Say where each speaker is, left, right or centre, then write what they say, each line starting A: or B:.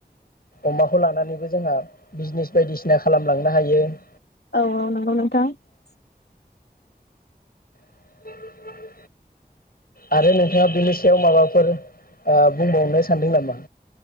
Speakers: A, on the left; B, on the left.
A: अमाखौ लानानैबो जोंहा बिजनेस बायदिसिना खालामलांनो हायो ।
B: औ औ नंगौ नोंथां ।
A: <unintelligible> आरो नोंथाङा बिनि सायाव माबाफोर ओ बुंबावनो सानदों नामा?